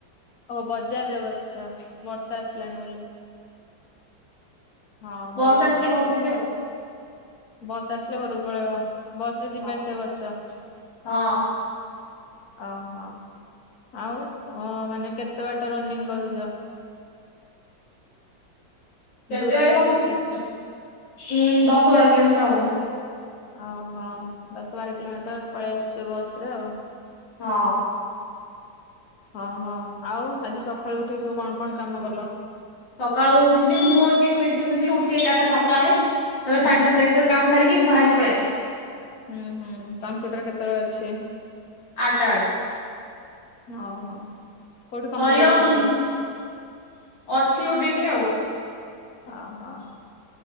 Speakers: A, on the left; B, on the left.
A: ଓ ବଜାରରେ ବସିଛ ବର୍ଷା ଆସିଲାଣି ବୋଲି। ହଁ ଭଲ
B: ବସ୍ ଆସିଲେ
A: କରିଛ।
B: ଘରୁକୁ ଯିବି ଆଉ।
A: ବସ୍ ଆସିଲେ ଘରକୁ ପଳେଇବ। ବସ୍ ରେ
B: ଆଉ
A: ଯିବା ଆସିବା କରଛ?
B: ହଁ।
A: ଓହୋ। ଆଉ ମାନେ କେତେ ବାଟ ରନିଂ କରୁଛ?
B: କେତେବାଟ
A: ଦୂରତା
B: କଥା
A: କେତେ?
B: ଉଁ ଦଶ ବାର କିଲୋମିଟର ହବ ବୋଧେ।
A: ଓହୋ ଦଶ ବାର କିଲୋମିଟର ପଳେଇ ଆସଛ ବସ ରେ ଆଉ।
B: ହଁ।
A: ହଁ ହଁ ଆଉ ଆଜି ସକାଳୁ ଉଠିକି ସବୁ କଣ କଣ କାମ କଲ?
B: ସକାଳୁ ଉଠିଲି ମୁଁ ଅଛି ଶୋଇଥିଲି ଶୋଇଥିଲି ଉଠିଲି ଏକାଥରେ ସାତଟା ବେଳେ। ତାପରେ
A: ଉଁ
B: ସାଢେ ସାତଟା ଭିତରେ କାମ ସାରିକି ବାହାରିକି ପଳେଇ ଆଇଲି।
A: ହୁଁ ହୁଁ କମ୍ପ୍ୟୁଟର କେତେବେଳେ ଅଛି?
B: ଆଠଟା ବେଳେ।
A: ହଉ ହଉ। କୋଉଠି କମ୍ପ୍ୟୁଟର
B: ହରିଅମ
A: କରୁଛ?
B: ଅଛି ଗୋଟେ ଏଠି ଆଉ।
A: ହଁ ହଁ